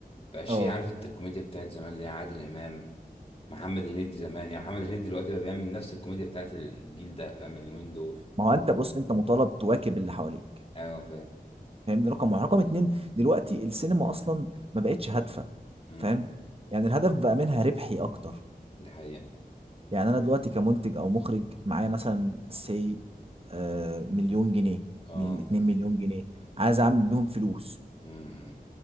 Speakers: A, on the left; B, on the right.
A: مبقاش
B: اه
A: فيها عارف انت الكوميديا بتاعت زمان اللي هي عادل إمام محمد هنيدي زمان يعني محمد هنيدي دلوقتي بقى بيعمل نفس الكوميديا بتاعت ال- الجيل ده فاهم اليومين دول
B: ما هو انت بص انت مطالب تواكب اللي حواليك
A: أيوة فاهم
B: فاهمني رقم واحد رقم اتنين دلوقتي السينما اصلا ما بقتش هادفه
A: مم.
B: فاهم يعني الهدف بقى منها ربحي اكتر
A: ده حقيقة
B: يعني انا دلوقتي كمنتج او مخرج معايا مثلا سي مليون جنيه
A: اه
B: من 2 مليون جنيه عايز اعمل بيهم فلوس
A: مم. مم.